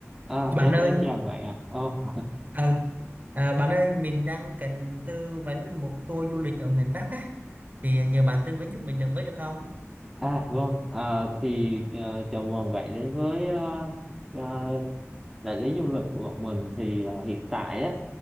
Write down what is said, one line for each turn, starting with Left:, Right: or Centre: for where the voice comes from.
Centre: À,
Right: Bạn
Centre: em
Right: ơi,
Centre: em chào bạn ạ. Ồ,
Right: ờ, à, bạn ơi, mình đang cần tư vấn một tour du lịch ở miền Bắc á, thì nhờ bạn tư vấn giúp mình được với được không?
Centre: <laughs> à vâng. À, thì ờ, chào mừng bạn đến với ờ, ờ, đại lý du lịch của bọn mình. Thì ờ, hiện tại á